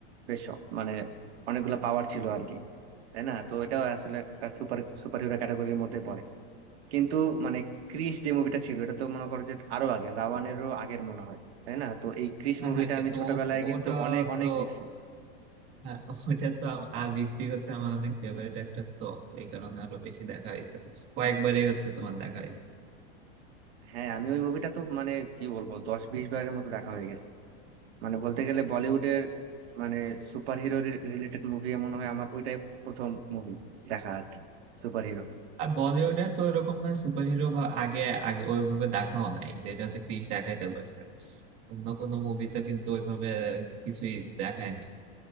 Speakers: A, on the right; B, on the right.
A: বেশ মানে অনেকগুলা পাওয়ার ছিল আর কি তাই না তো এটাও আসলে একটা সুপার সুপার হিরো ক্যাটাগরির মধ্যে পড়ে কিন্তু মানে ক্রিস যে মুভিটা ছিল এটা তো মনে করো যে আরো আগে রাওয়ানেরও আগের মনে হয় তাই না তো এই ক্রিস
B: হ্যাঁ
A: মুভিটা
B: হ্যাঁ কিন্তু
A: আমি ছোটবেলায়
B: ও-
A: কিন্তু
B: ওটা
A: অনেক অনেক
B: তো
A: দেখছি
B: হ্যাঁ ওটা তো আম- আর ঋত্বিক হচ্ছে আমার অনেক ফেভারিট একটা তো এই কারণে আরো বেশি দেখা হয়েছে কয়েকবারই হচ্ছে তোমার দেখা হয়েছে
A: হ্যাঁ আমি ওই মুভিটা তো মানে কি বলবো দশ বিশ বারের মতো দেখা হয়ে গেছে মানে বলতে গেলে বলিউডের মানে সুপার হিরো রিলেটেড মুভি মনে হয় আমার ওইটাই প্রথম মুভি দেখা আর কি সুপার হিরো
B: আর বলিউডে তো এরকম ভাবে সুপারহিরো বা আগে আগে ওইভাবে দেখাও নাই যেটা হচ্ছে ক্রিস দেখাইতে পারছে অন্য কোনো মুভিতে কিন্তু ওইভাবে কিছুই দেখায় নাই